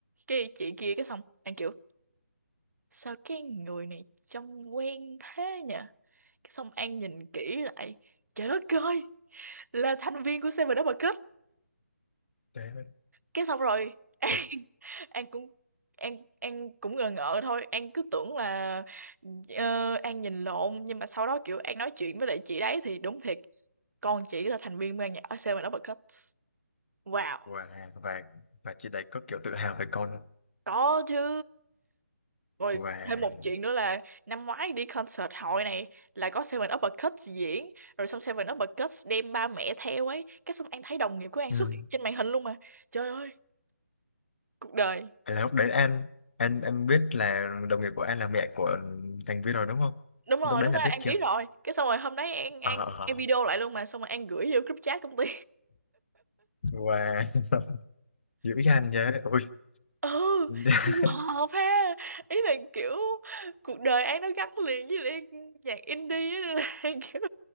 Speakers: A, on the right; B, on the left.
A: cái chị kia cái xong An kiểu sao cái người này trông quen thế nhỉ cái xong An nhìn kỹ lại trời đất ơi là thành viên của Seven Double Cup
B: đấy
A: cái xong rồi <laughs> An
B: có-
A: An cũng An An cũng ngờ ngợ thôi An cứ tưởng là ờ, An nhìn lộn nhưng mà sau đó kiểu An nói chuyện với lại chị đấy thì đúng thiệt con chỉ là thành viên ban nhạc Seven Uppercuts wow
B: wow và và chị đấy có kiểu tự hào về con không
A: có chứ rồi
B: wow
A: thêm một chuyện nữa là năm ngoái đi concert hội này là có Seven Uppercuts diễn rồi xong Seven Uppercuts đem ba mẹ theo ấy cái xong An thấy đồng nghiệp của An
B: ừ.
A: xuất hiện trên màn hình luôn mà trời ơi cuộc đời
B: thế là lúc đấy An An em biết là đồng nghiệp của An là mẹ của thành viên rồi đúng không
A: đúng rồi
B: lúc đấy
A: lúc
B: là
A: đó
B: biết
A: An
B: chưa
A: biết rồi cái xong rồi hôm đấy An An
B: ờ ờ.
A: An video lại luôn mà xong rồi An gửi vô group chat công ty
B: wow <laughs> dữ dằn nhé ôi
A: <laughs> ừ
B: <laughs>
A: trùng hợp ha ý là kiểu cuộc đời An nó gắn liền với lại nhạc indie á, <laughs> nên là An kiểu